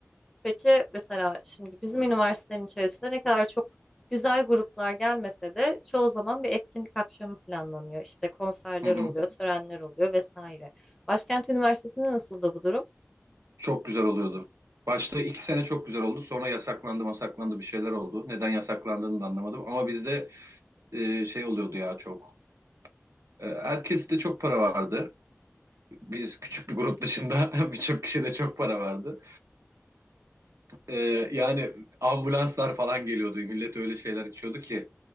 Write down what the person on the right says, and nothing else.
Hı hı.
Çok güzel oluyordu. Başta iki sene çok güzel oldu. Sonra yasaklandı masaklandı bir şeyler oldu. Neden yasaklandığını da anlamadım. Ama bizde e, şey oluyordu ya çok. E, herkes de çok para vardı. Biz küçük bir grup dışında <laughs> birçok kişi de çok para vardı. E, yani ambulanslar falan geliyordu. Millet öyle şeyler içiyordu ki.